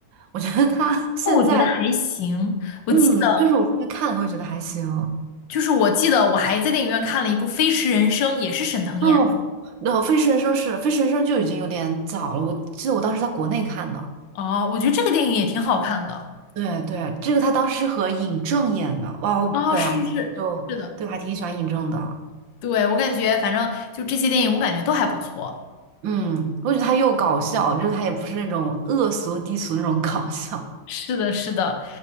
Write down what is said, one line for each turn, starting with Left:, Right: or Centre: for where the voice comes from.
Right: 我觉得他 <laughs> 现在，
Left: 哦，我觉得还行。我记得，
Right: 嗯，就是我后面看了会觉得还行。
Left: 就是我记得我还在电影院看了一部《飞驰人生》，也是沈腾演的。
Right: 哦，那《飞驰人生》是《飞驰人生》就已经有点早了，我记得我当时在国内看的。
Left: 哦，我觉得这个电影也挺好看的。
Right: 对对，这个他当时是和尹正演的，哇，我本来就对我还挺喜欢尹正的，
Left: 哦，是是是，是的，对，我感觉反正就这些电影，我感觉都还不错。
Right: 嗯，我觉得他又搞笑，就是他也不是那种恶俗低俗那种搞笑，
Left: 是的，是的。